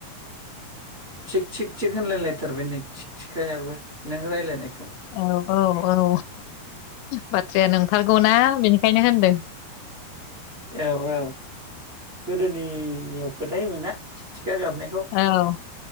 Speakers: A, on the right; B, on the left.
A: थिग थिग थिग होनलायलायथारबाय नै थिग थिगथिखायाबो नों रायज्लायनायखौ।
B: औ औ औ। बाथ्राया नंथारगौना बेनिखायनो होनदों।
A: औ औ गोदोनियाव फोथायोमोना थिगथिग खिया गाबनायखौ।
B: औ